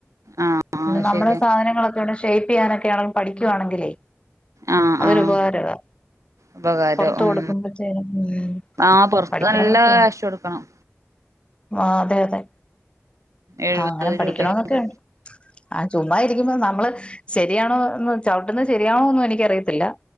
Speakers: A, on the right; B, on the left.
A: ആഹ്
B: പിന്നെ
A: ആഹ്
B: നമ്മുടെ
A: ശരിയാ
B: സാധനങ്ങളൊക്കെ ഇവിടെ ഷി ഷെയിപ്പ് ചെയ്യാനൊക്കെയാണങ്കിലും പഠിക്കുവാണെങ്കിലെ
A: ആഹ്
B: അതൊരു
A: ആഹ്
B: ഉപകാരവാ
A: ഉപകാരം
B: പൊറത്ത്
A: ഉം
B: കൊടുക്കുമ്പോഴത്തേനും ഉം
A: ആഹ് പൊറത്ത്
B: പഠിക്കണം
A: നല്ല
B: എന്നൊക്കെയുണ്ട്.
A: കാശ് കൊടുക്കണം
B: ആഹ് അതെ അതെ.
A: എഴുപത്
B: ആഹ് അങ്ങനെ പഠിക്കണോ
A: രൂപയൊക്കെണ്ട്
B: ന്നൊക്കെയുണ്ട് ആഹ് ചുമ്മാ ഇരിക്കുമ്പോ നമ്മള് ശരിയാണോന്ന് ചവിട്ടന്ന ശരിയാണോന്നും എനിക്കറിയത്തില്ല.